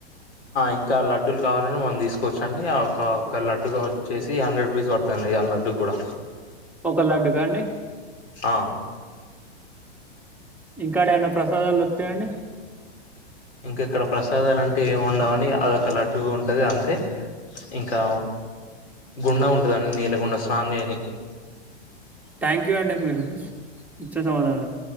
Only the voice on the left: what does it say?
ఇంకా లడ్డుూలు కావాలని మనం తీసుకోవచ్చండి ఒకక్క లడ్డు వచ్చేసి హండ్రెడ్ రూపీస్ పడుతుండి ఆ లడ్డుూ కూడా
ఆ
ఇంకా ఇక్కడ ప్రసాదాలు అంటే ఏమి ఉండవుంని అదొక లడ్డు ఉంటది అంతే ఇంకా గుండె ఉంటందండి నీళ్ళ గుండె స్నానం చేయడానికి